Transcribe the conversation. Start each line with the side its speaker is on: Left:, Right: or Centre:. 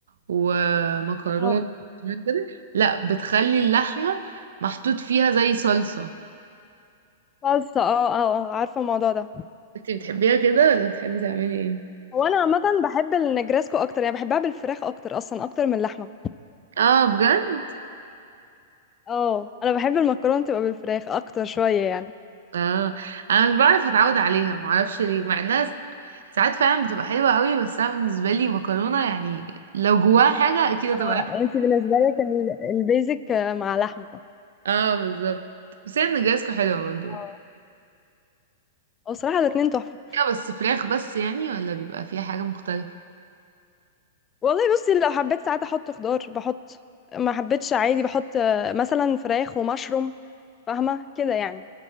Right: ومكرونة
Left: آه.
Right: بشاميل كده لا بتخلي اللحمة محطوط فيها زي صلصة
Left: صلصة اه اه آه، عارفة الموضوع ده
Right: انتي بتحبيها كده ولا بتحبي تعملي ايه؟
Left: هو انا عامة بحب النجرسكو اكتر يعني بحبها بالفراخ اكتر اصلا اكتر من اللحمة
Right: اه بجد؟
Left: اه انا بحب المكرونة تبقى بالفراخ اكتر شوية يعني
Right: اه انا مش بعرف اتعود عليها معرفش ليه مع انها ساعات فعلا بتبقى حلوة قوي بس انا بالنسبة لي مكرونة يعني لو جواها حاجة اكيد هتبقى
Left: اه
Right: أحلى.
Left: انت بالنسبة لك ال... البيزك آه، مع لحمة
Right: اه بالظبط بس هي نجرسكو حلوة برضه
Left: آه. هو صراحة الاتنين تحفة
Right: يا بس فراخ بس يعني ولا بيبقى فيها حاجة مختلفة
Left: والله بصي لو حبيت ساعات احط خضار بحط ما حبيتش عادي بحط آه، مثلا فراخ ومشروم فاهمه كده يعني